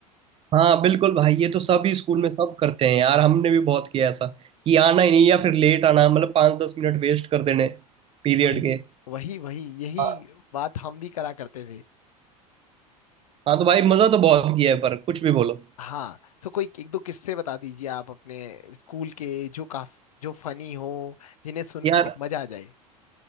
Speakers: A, on the right; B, on the left.
A: हाँ बिल्कुल भाई ये तो सभी स्कूल में सब करते हैं यार हमने भी बहुत किया ऐसा कि आना ही नहीं या फिर लेट आना मतलब पाँच दस मिनट वेस्ट कर देने पीरियड
B: वही
A: के
B: वही वही यही
A: हाँ
B: बात हम भी करा करते थे
A: हाँ, तो भाई मजा तो बहुत किया है पर कुछ भी बोलो
B: हाँ सो कोई एक दो किस्से बता दीजिए आप अपने स्कूल के जो काफ जो फनी हो जिन्हें सुन
A: यार
B: के मजा आ जाए